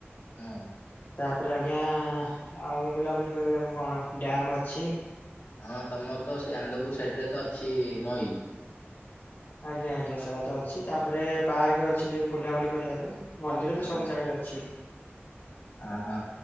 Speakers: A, on the left; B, on the left.
A: ହଁ
B: ତାପରେ ଆଜ୍ଞା ଆଉ ବୁଲାବୁଲି କରିବାକୁ କଣ ଡ୍ୟାମ୍ ଅଛି।
A: ହଁ ତମର ତ ସେଇ ଆନ୍ଦପୁର ସାଇଡ୍ ରେ ତ ଅଛି ନଈ
B: ଆଜ୍ଞା ଆଜ୍ଞା ସେଟା ତ ଅଛି ତାପରେ ପାର୍କ ଅଛି ଯେ ବୁଲାବୁଲି କରିବା ପାଇଁ ମନ୍ଦିର
A: ହଁ
B: ତ ସବୁ ଜାଗାରେ ଅଛି
A: ହ ହଁ